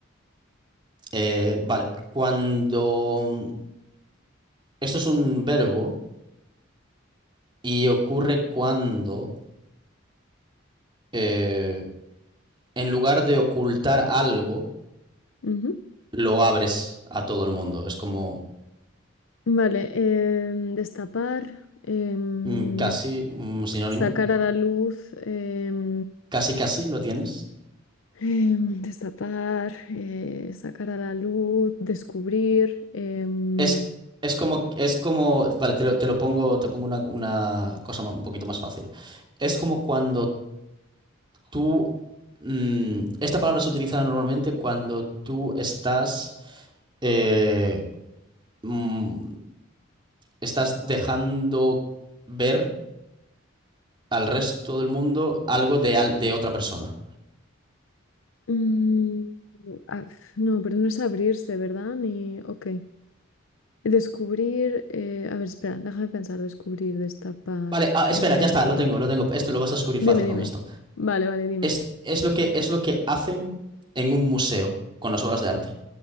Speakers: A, on the right; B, on the left.
A: Eh, vale, cuando, esto es un verbo y ocurre cuando, eh, en lugar de ocultar algo,
B: nada.
A: lo abres a todo el mundo. Es como
B: Vale, em, destapar, em,
A: mm, casi un sinónimo,
B: sacar a la luz, em,
A: casi, casi lo tienes.
B: em, destapar, eh, sacar a la luz, descubrir. em,
A: Es, es como, es como, vale, te lo, te lo pongo, te pongo una, una cosa ma- un poquito más fácil. Es como cuando tú, mm, esta palabra se utiliza normalmente cuando tú estás, eh, mm, estás dejando ver al resto del mundo algo de, al- de otra persona.
B: mm, ah, f- no, pero no es abrirse, ¿verdad? Ni, ok. Descubrir, eh, a ver, espera, déjame pensar, descubrir, destapar.
A: Vale, ah,
B: em,
A: espera, ya está, lo tengo, lo tengo. Esto lo vas a descubrir
B: dime,
A: fácil
B: dime.
A: con esto.
B: Vale, vale, dime.
A: Es, es lo que, es lo que hacen en un museo con las obras de arte.